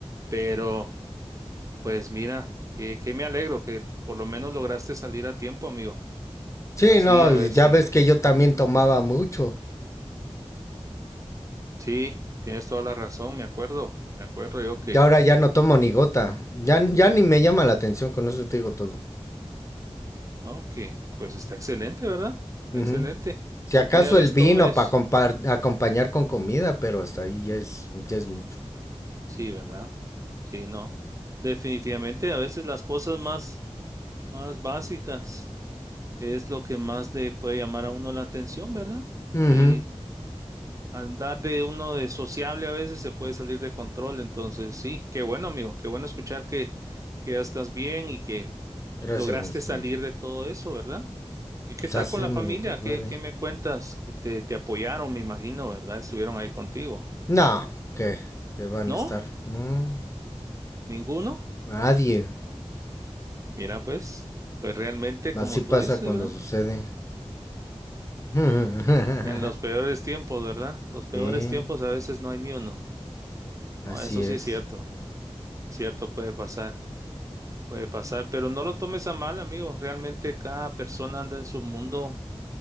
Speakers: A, on the right; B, on the left.
A: Pero, pues mira, que, que me alegro que por lo menos lograste salir a tiempo, amigo.
B: Sí,
A: Así,
B: no,
A: a
B: y
A: ver
B: ya
A: si.
B: ves que yo también tomaba mucho.
A: Sí, tienes toda la razón, me acuerdo. Me acuerdo yo que
B: ya ahora ya no tomo ni gota. Ya, ya ni me llama la atención, con eso te digo todo.
A: Ok, pues está excelente, ¿verdad? Está
B: Ujú.
A: excelente.
B: Si acaso
A: Media vez
B: el vino
A: tomes,
B: para acompañar con comida, pero hasta ahí ya es, ya es mucho.
A: sí, ¿verdad? Sí, no. Definitivamente, a veces las cosas más, más básicas es lo que más le puede llamar a uno la atención, ¿verdad?
B: Ujú.
A: Y andar de uno de sociable a veces se puede salir de control. Entonces, sí, qué bueno, amigo, qué bueno escuchar que, que ya estás bien y que
B: Gracias,
A: lograste
B: mi estimado.
A: salir de todo eso, ¿verdad? ¿Y qué
B: Pues
A: tal
B: hacemos
A: con la familia?
B: lo que puede.
A: ¿Qué, qué me cuentas? Que Te, te apoyaron, me imagino, ¿verdad? Estuvieron ahí contigo.
B: No, que, que van
A: ¿No?
B: a estar. No,
A: ¿Ninguno?
B: nadie.
A: Mira, pues, pues realmente,
B: Así
A: como
B: pasa
A: tú dices,
B: cuando
A: ¿verdad?
B: sucede. <laughs>
A: En los peores tiempos, ¿verdad? Los peores
B: Sí,
A: tiempos a veces no hay ni uno.
B: así
A: No, eso
B: es.
A: sí es cierto. Cierto, puede pasar. Puede pasar, pero no lo tomes a mal, amigo. Realmente cada persona anda en su mundo.